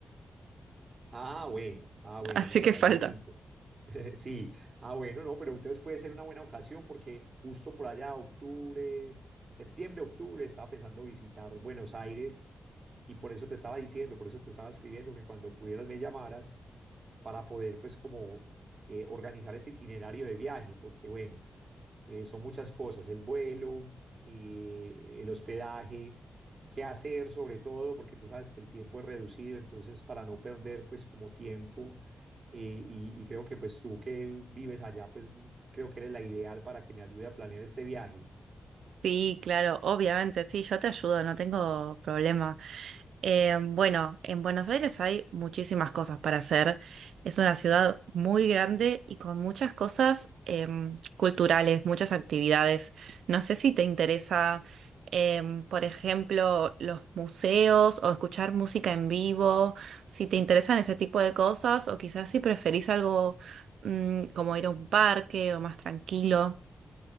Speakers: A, on the right (about 50°); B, on the right (about 80°).
A: Ah, bueno, ah, bueno,
B: así
A: no,
B: que
A: ya
B: falta.
A: es distinto. <laughs> Sí, ah, bueno, no, pero entonces puede ser una buena ocasión porque justo por allá, octubre, septiembre, octubre, estaba pensando visitar Buenos Aires y por eso te estaba diciendo, por eso te estaba escribiendo que cuando pudieras me llamaras para poder pues como eh, organizar este itinerario de viaje, porque bueno. eh, son muchas cosas, el vuelo, eh, el hospedaje, qué hacer sobre todo, porque tú sabes que el tiempo es reducido, entonces para no perder pues como tiempo, eh, y, y creo que pues tú que vives allá, pues creo que eres la ideal para que me ayude a planear este viaje.
B: Sí, claro, obviamente, sí, yo te ayudo, no tengo problema. Eh, bueno, en Buenos Aires hay muchísimas cosas para hacer. Es una ciudad muy grande y con muchas cosas em, culturales, muchas actividades. No sé si te interesa, em, por ejemplo, los museos o escuchar música en vivo, si te interesan ese tipo de cosas o quizás si preferís algo mm, como ir a un parque o más tranquilo.